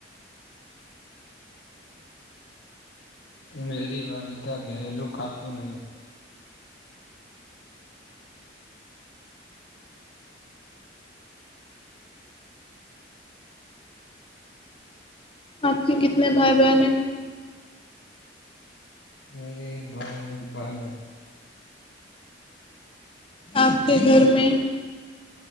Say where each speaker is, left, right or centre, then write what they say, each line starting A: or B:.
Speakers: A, on the left; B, on the left.
A: میری والدہ گھریلو خاتون ہیں
B: آپ کے کتنے بھائی بہن ہیں
A: میرے ایک بھائی ایک بہن ہے
B: آپ کے گھر میں